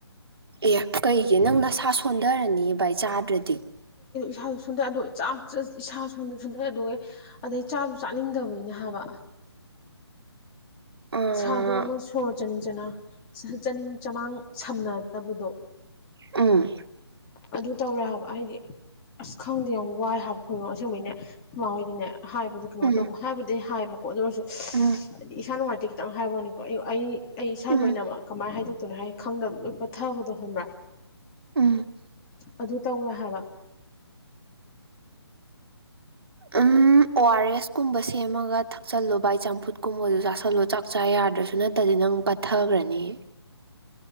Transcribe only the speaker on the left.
ꯏꯁꯥꯁꯨ ꯁꯨꯟꯗꯩ ꯑꯗꯣ ꯆꯥꯛ ꯏꯁꯥ ꯁꯣꯟꯁꯨ ꯁꯨꯟꯗꯩ ꯑꯗꯨꯒ ꯑꯗꯩ ꯆꯥꯁꯨ ꯆꯥꯅꯤꯡꯗꯕꯅꯤꯅ ꯍꯥꯏꯕ
ꯏꯁꯥꯗꯣ ꯑꯃ ꯁꯣꯔ ꯆꯥꯅꯤꯡ ꯆꯅꯥ ꯆꯥꯅꯤꯡ ꯆꯃꯥꯡ ꯁꯝꯅꯗꯕꯗꯣ
ꯑꯗꯨ ꯇꯧꯔꯦ ꯍꯥꯏꯕ ꯍꯥꯏꯗꯤ ꯑꯁ ꯈꯪꯗꯦ ꯌꯥꯝ ꯋꯥꯏ ꯍꯥꯏꯕ ꯈꯣꯏꯔꯣ ꯑꯁꯦꯡꯕꯩꯅꯦ ꯃꯥ ꯍꯣꯏꯗꯅꯦ ꯍꯥꯏꯕꯗꯣ ꯀꯩꯅꯣ
ꯇꯧꯕ ꯍꯥꯏꯕꯗꯤ ꯍꯥꯏꯕꯀꯣ ꯑꯗꯨ ꯑꯣꯏꯔꯁꯨ
ꯍꯥꯏꯗꯤ ꯏꯁꯥ ꯅꯨꯡꯉꯥꯏꯇꯦ ꯈꯤꯇꯪ ꯍꯥꯏꯕꯅꯤꯀꯣ ꯑꯩ ꯑꯩ ꯏꯁꯥꯒꯤ
ꯑꯣꯏꯅꯃꯛ ꯀꯃꯥꯏꯅ ꯍꯥꯏꯗꯣꯛ ꯑꯗꯨꯅ ꯍꯥꯏ ꯈꯪꯗꯕ ꯂꯣꯏ ꯄꯠꯊꯕꯗꯣ ꯍꯟꯕ꯭ꯔꯥ
ꯑꯗꯨ ꯇꯧꯋꯦ ꯍꯥꯏꯕ